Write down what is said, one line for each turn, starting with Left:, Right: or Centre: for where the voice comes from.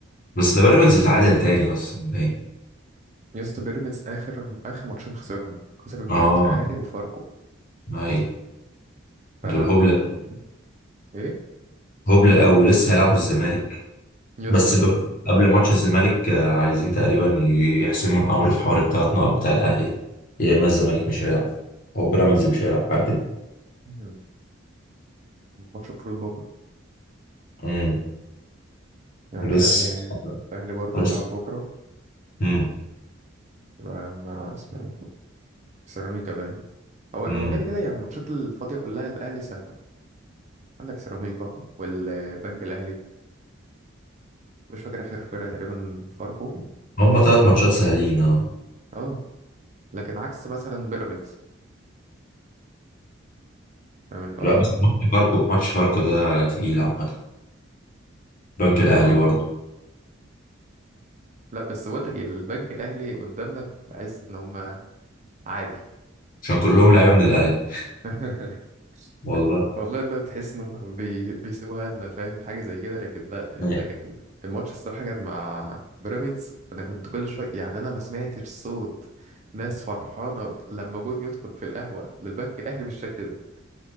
Left: بس ده بيراميدز يتعادل تاني أصلا باين
Right: يا اسطى بيراميدز اخر اخر ماتشين خسرهم خسر من
Left: آه
Right: البنك الاهلي وفاركو
Left: أي
Right: فلا
Left: دول
Right: هو
Left: هبلة
Right: كان ايه
Left: هبلة أوي ولسه هيلعبوا الزمالك
Right: يا
Left: بس
Right: اسطى
Left: بيقول قبل ماتش الزمالك آه، عايزين تقريبا ي- يحسموا الامر في حوار الثلاث نقط بتاع الاهلي ده. يا اما الزمالك مش هيلعب او بيراميدز مش هيلعب حاجه كده
Right: <laughs> ماتش المفروض بكره
Left: امم
Right: يعني
Left: لسه
Right: الاهلي الاهلي برضه
Left: بس
Right: هيلعب بكره
Left: امم
Right: مع مع اسمه ايه سيراميكا باين هو
Left: امم
Right: هو كده كده يعني الماتشات الفاضيه كلها الاهلي سهله عندك سيراميكا والبنك الاهلي مش فاكر اخر فرقه تقريبا فاركو
Left: هما ثلاث ماتشات سهلين اه
Right: اه لكن عكس مثلا بيراميدز فاهم قصدي
Left: لا بس ماتش فاركو ماتش فاركو ده تقيل عامه بنك الاهلي
Right: اه
Left: برضه
Right: لا بس بقول لك إيه، البنك الاهلي قدامنا بحس ان هم عادي
Left: عشان كلهم لعيبه من الاهلي
Right: <laughs>
Left: والله
Right: والله اللي هو تحس انه بي... بيسيبوها لنا فاهم حاجه زي كده لكن لا لكن
Left: <laughs>
Right: الماتش الصراحه كان مع بيراميدز انا كنت كل شويه يعني انا ما سمعتش صوت ناس فرحانه لما جون يدخل في القهوه للبنك الاهلي بالشكل ده